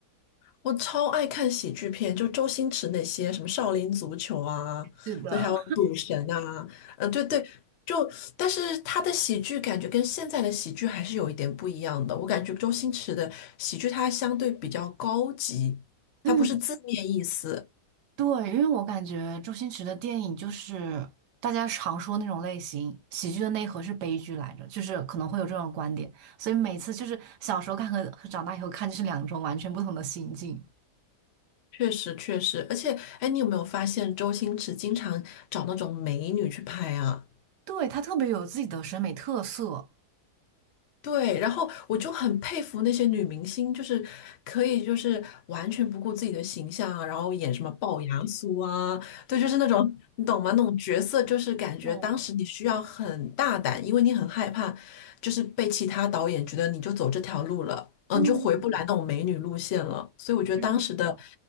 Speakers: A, on the left; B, on the right.
A: 我超爱看喜剧片，就周星驰那些什么《少林足球》啊，
B: 是的，
A: 对，还有《赌神》啊，嗯，对对，就但是他的喜剧感觉跟现在的喜剧还是有一点不一样的。我感觉周星驰的喜剧它相对比较高级，
B: 嗯，
A: 它不是字面意思，
B: 对，因为我感觉周星驰的电影就是大家常说那种类型，喜剧的内核是悲剧来着，就是可能会有这种观点，所以每次就是小时候看和和长大以后看就是两种完全不同的心境。
A: 确实确实。而且，哎，你有没有发现周星驰经常找那种美女去拍啊？
B: 对，他特别有自己的审美特色。
A: 对，然后我就很佩服那些女明星，就是可以就是完全不顾自己的形象啊，然后演什么龅牙苏啊，对，就是那种你懂吗？那种角色就是感觉当时你需要很大胆，
B: 哦，
A: 因为你很害怕，就是被其他导演觉得你就走这条路了，嗯，
B: 嗯，
A: 你就回不来那种美女路线了。所以我觉得当时的
B: 是这样